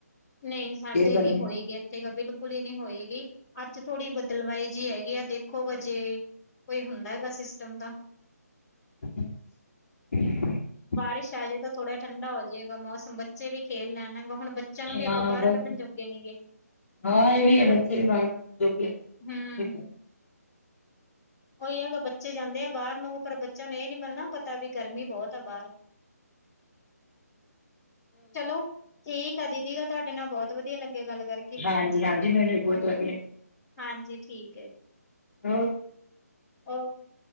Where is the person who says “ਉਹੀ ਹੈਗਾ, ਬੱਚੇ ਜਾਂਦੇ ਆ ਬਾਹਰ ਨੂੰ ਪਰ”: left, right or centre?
Left